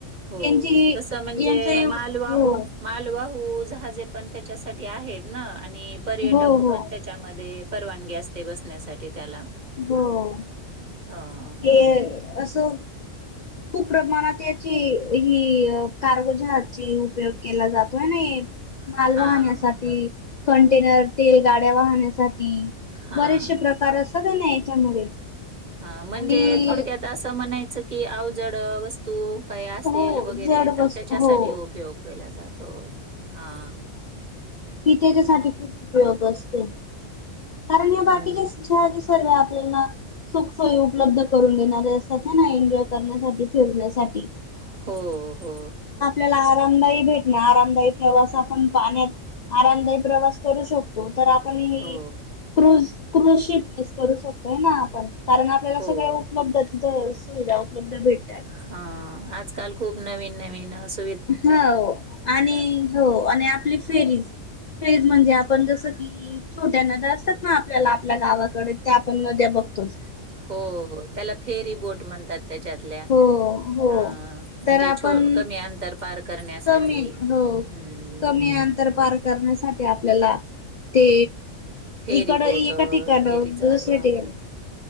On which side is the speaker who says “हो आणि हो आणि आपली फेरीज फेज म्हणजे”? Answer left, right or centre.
Left